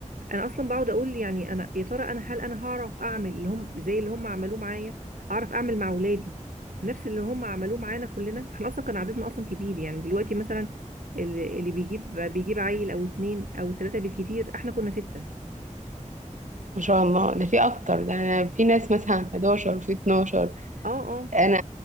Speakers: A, on the right; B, on the right.
A: انا اصلا بقعد اقول يعني انا يا ترى انا هل انا هعرف اعمل اللي هم زي اللي هم عملوه معايا اعرف اعمل مع اولادي نفس اللي هم عملوه معانا كلنا احنا اصلا كان عددنا اصلا كبير يعني دلوقتي مثلا اللي اللي بيجيب بيجيب عيل او اتنين او تلاته بالكتير احنا كنا سته
B: ما شاء الله ده في اكتر ده انا في ناس مثلا 11 وفي 12
A: اه اه
B: انا